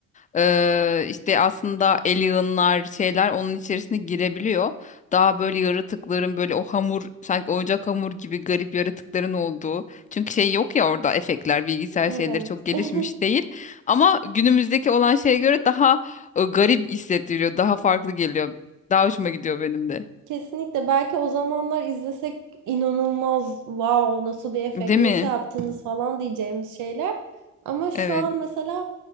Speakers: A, on the left (about 25°); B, on the right (about 80°).
A: Ee, işte aslında alienlar şeyler onun içerisine girebiliyor. Daha böyle yaratıkların böyle o hamur sanki oyuncak hamur gibi garip yaratıkların olduğu. Çünkü şey yok ya orada efektler bilgisayar
B: Evet.
A: şeyleri çok gelişmiş
B: <laughs>
A: değil. Ama günümüzdeki olan şeye göre daha e, garip hissettiriyor daha farklı geliyor. Daha hoşuma gidiyor benim de.
B: Kesinlikle. Belki o zamanlar izlesek inanılmaz wow nasıl bir efekt
A: Değil
B: nasıl
A: mi?
B: yaptınız falan diyeceğimiz şeyler. Ama şu
A: Evet,
B: an mesela